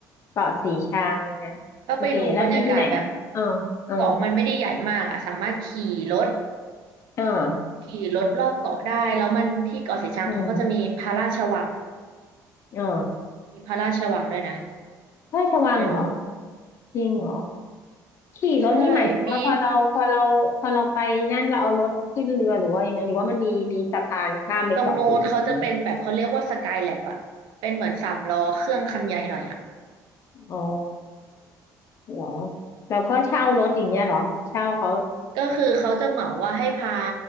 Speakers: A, on the left; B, on the right.
A: เกาะสีชังนะโอเคแล้วมีที่ไหน
B: ก็ไปดูบรรยากาศแบบ
A: อ๋าอ๋า
B: เกาะมันไม่ได้ใหญ่มากอ่ะสามารถขี่รถ
A: อ่า
B: ขี่รถรอบเกาะได้แล้วมันที่เกาะสีชังเขาก็จะมีพระราชวัง
A: อืมอ๋อ
B: มีพระราชวังด้วยนะ
A: พระราชวังเหรอ
B: เดี๋ยวหนู
A: จริงเหรอขี่รถนี่หมายถึงว่าพอเราพอเราพอเราไปนั่นเราเอารถขึ้นเรือหรือว่ายังไงหรือว่ามันมีมีสะพานข้ามไปเกาะสีชัง
B: ใช่มีตรงนู้นเขาจะเป็นแบบเขาเรียกว่าสกายแลบอะเป็นเหมือนสามล้อเครื่องคันใหญ่หน่อยอะ
A: อ๋อเหรอเราก็เช่ารถอย่างเงี้ยเหรอเช่าเขา
B: ก็คือเขาจะเหมาว่าให้พา